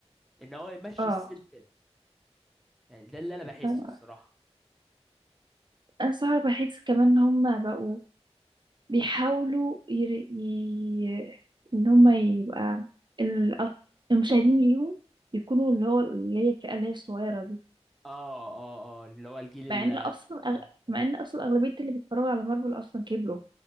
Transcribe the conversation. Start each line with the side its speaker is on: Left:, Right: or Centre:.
Centre: ان هو يمشي
Right: اه
Centre: السلسله يعني ده اللي انا بحسه
Right: فاهمة
Centre: الصراحه
Right: انا صراحة بحس كمان ان هم بقوا بيحاولوا ير... ي... ان هم يبقى الأط- المشاهدين ليهم يكونوا اللي هو اللي هي الفئة اللي هي الصغيرة دي
Centre: اه اه اه اللي هو الجيل ال-
Right: مع ان اصلا أغ... مع ان اصلا اغلبية اللي بيتفرجوا على مارفل اصلا كبروا